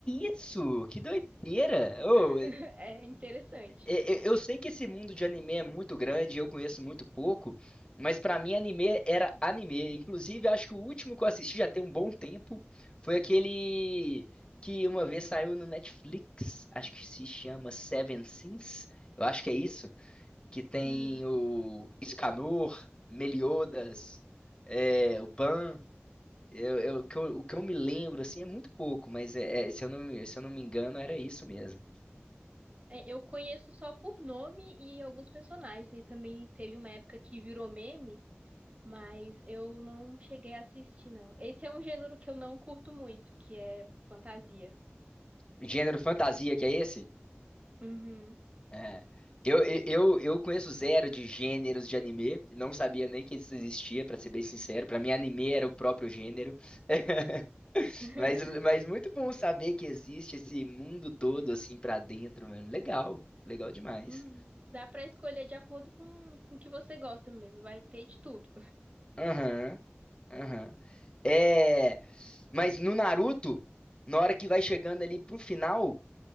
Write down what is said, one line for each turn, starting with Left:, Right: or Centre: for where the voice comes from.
Left: isso? Que doideira! Ô,
Right: <laughs> É interessante.
Left: Eu, eu sei que esse mundo de anime é muito grande, eu conheço muito pouco, mas pra mim anime era anime. Inclusive, acho que o último que eu assisti já tem um bom tempo foi aquele que uma vez saiu no Netflix, acho que se chama Seven Sins, eu acho que é isso, que tem
Right: Hum.
Left: o Escanor, Meliodas, é, o Ban. Eu, eu- o que eu, o que eu me lembro assim é muito pouco, mas é- é, se eu não, se eu não me engano era isso mesmo.
Right: É, eu conheço só por nome e alguns personagens. E também teve uma época que virou meme, mas eu não cheguei a assistir, não. Esse é um gênero que eu não curto muito, que é fantasia.
Left: Gênero fantasia que é esse?
Right: Uhum.
Left: É. Eu, eu, eu conheço zero de gêneros de anime, não sabia nem que isso existia, pra ser bem sincero. Pra mim, anime era o próprio gênero. <laughs>
Right: <laughs>
Left: Mas, mas muito bom saber que existe esse mundo todo assim pra dentro, mano. Legal, legal demais.
Right: Hum, dá pra escolher de acordo com com o que você gosta mesmo, vai ter de tudo.
Left: Aham, aham. É, mas no Naruto, na hora que vai chegando ali pro final,